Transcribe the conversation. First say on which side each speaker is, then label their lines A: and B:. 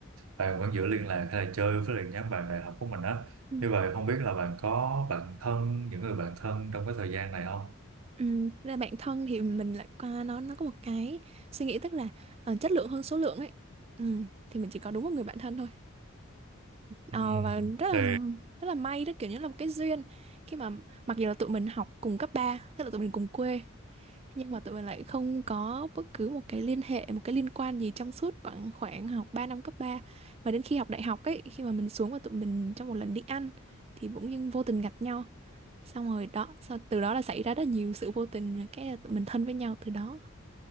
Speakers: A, on the right; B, on the right.
A: bạn vẫn giữ liên lạc hay là chơi với lại nhóm bạn đại học của mình á
B: Ừ.
A: như vậy không biết là bạn có bạn thân những người bạn thân trong cái thời gian này không
B: Ừm, thực ra bản thân thì mình lại qua nó nó có một cái suy nghĩ tức là ờ, chất lượng hơn số lượng ấy Ừm, thì mình chỉ có đúng một người bạn thân thôi Ờ,
A: Ừm,
B: và rất
A: thì
B: là rất là may đó kiểu như là một cái duyên khi mà mặc dù là tụi mình học cùng cấp 3, tức là tụi mình cùng quê nhưng mà tụi mình lại không có bất cứ một cái liên hệ một cái liên quan gì trong suốt khoảng khoảng học 3 năm cấp 3, mà đến khi học đại học ấy khi mà mình xuống và tụi mình trong một lần đi ăn thì bỗng dưng vô tình gặp nhau xong rồi đó sau từ đó là xảy ra rất nhiều sự vô tình và cái là tụi mình thân với nhau từ đó